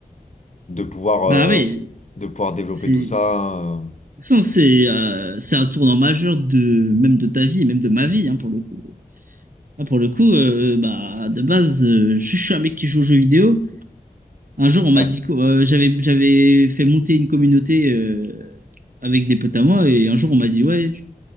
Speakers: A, on the left; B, on the right.
A: de pouvoir, euh,
B: bah oui,
A: de pouvoir développer
B: c'est,
A: tout ça.
B: de
A: hein,
B: toute façon, c'est euh, c'est un tournant majeur de, même de ta vie, et même de ma vie, hein, pour le coup. Ah, pour le coup, euh, bah, de base, euh, je, suis un mec qui joue aux jeux vidéo. Un jour, on m'a
A: euh, ouais,
B: dit que euh, j'avais, j'avais fait monter une communauté euh, avec des potes à moi, et un jour, on m'a dit, ouais, tu-